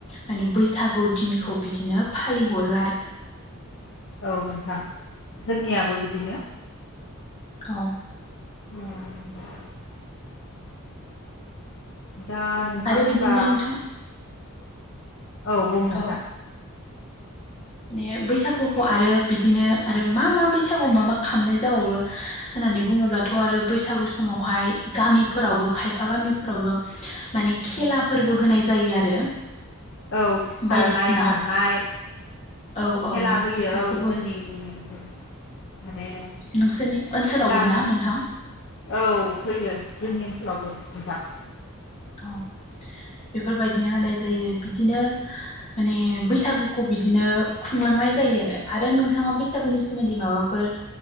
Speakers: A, on the left; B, on the left.
A: माने बैसागु दिनखौ बिदिनो फालिहरो आरो
B: औ नोंथां जोंनियाबो बिदिनो
A: औ।
B: <inaudible> दा नोंथां
A: आरो
B: होनबा
A: बिदिनो नोंथां
B: औ बुं नोंथां।
A: औ माने बैसागुखौ आरो बिदिनो आरो मा मा बैसागुआव मा मा खालामनाय जाबावो होननानै बुङोब्लाथ' आरो बैसागु समावहाय गामिफोरावबो खायफा गामिफोरावबो माने खेला फोरबो होनाय जायो आरो।
B: औ खारनाय,
A: बायदिसिना
B: बारनाय खेला
A: औ औ
B: होयो
A: बेफोरखौबो
B: औ जोंनि <inaudible> माने
A: नोंसोरनि ओनसोलावबो
B: दान
A: ना नोंथां
B: औ होयो जोंनि
A: औ
B: ओनसोलावबो नोंथां।
A: औ, बेफोरबायदिनो होनाय जायो बिदिनो माने बैसागुखौ बिदिनो खुंलांनाय जायो आरो। आरो नोंथाङा बैसागुनि सोमोन्दै माबाफोर